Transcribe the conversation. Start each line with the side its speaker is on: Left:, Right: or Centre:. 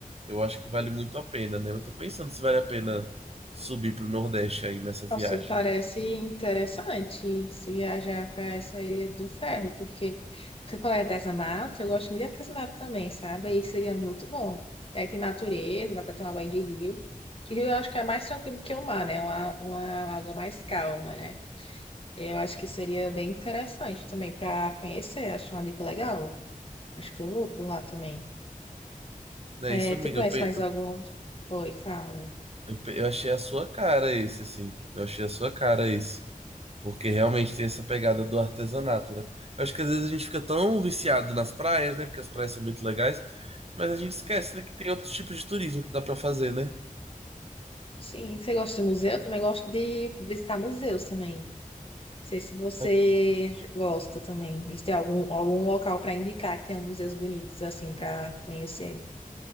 Right: eu acho que vale muito a pena, né? Eu tô pensando se vale a pena subir pro Nordeste aí nessa viagem.
Left: Nossa, parece interessante se viajar para essa Ilha do Ferro, porque você falou em artesanato, eu gosto muito de artesanato também, sabe? Aí seria muito bom. Aí tem natureza, dá para tomar banho de rio. Que rio eu acho que é mais tranquilo que o mar, né? Uma, uma água mais calma, né? Eu acho que seria bem interessante também para conhecer, acho uma dica legal. Acho que eu vou por lá também.
Right: É
Left: É,
Right: isso, amiga.
Left: tu conhece
Right: Eu, pe-
Left: mais
Right: eu
Left: algum? Oi, fala.
Right: Eu, pe- eu achei a sua cara esse, assim. Eu achei a sua cara esse. Porque realmente tem essa pegada do artesanato, né? Eu acho que às vezes a gente fica tão viciado nas praias, né? Porque as praias são muito legais. Mas a gente esquece, né, que tem outros tipos de turismo que dá pra fazer, né?
Left: Sim, você gosta de museu? Eu também gosto de visitar museus também. Não sei se você
Right: Aí,
Left: gosta também. E se tem algum, algum local para indicar que tem museus bonitos, assim, para conhecer.